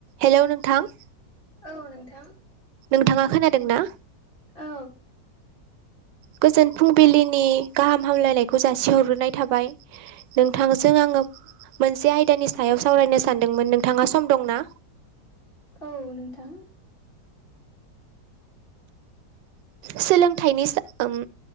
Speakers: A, on the right; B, on the left.
A: Hello नोंथां।
B: औ नोंथां।
A: नोंथाङा खोनादों ना?
B: औ
A: गोजोन फुंबिलिनि गाहाम हामलायनायखौ जासिहरग्रोनाय थाबाय नोंथांजों आङो मोनसे आयदानि सायाव सावरायनो सानदोंमोन नों थाङा सम दं ना?
B: औ नोंथां।
A: सोलोंथाइनि सो ओम